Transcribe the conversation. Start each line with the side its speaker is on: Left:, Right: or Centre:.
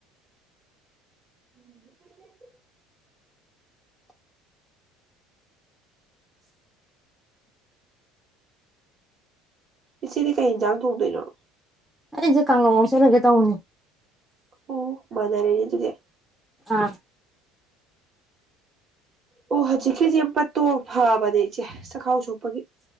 Right: <unintelligible> ꯏꯆꯦꯗꯤ ꯀꯩꯖꯥꯥꯡ ꯊꯣꯪꯗꯣꯏꯅꯣ?
Centre: ꯑꯩꯁꯦ ꯀꯥꯡ ꯍꯧ ꯉꯧꯁꯤꯜꯂꯥꯒꯦ ꯇꯧꯅꯦ ꯫
Right: ꯑꯣ ꯃꯅꯔꯦꯅꯦ ꯗꯨꯗꯤ꯫
Centre: ꯑꯥ꯫
Right: ꯑꯣ ꯍꯧꯖꯤꯛꯀꯤꯁ ꯌꯥꯝ ꯄꯠꯇꯣ ꯐꯕꯅꯦ ꯏꯆꯦ ꯆꯈꯥꯎ ꯁꯣꯛꯄꯒꯤ꯫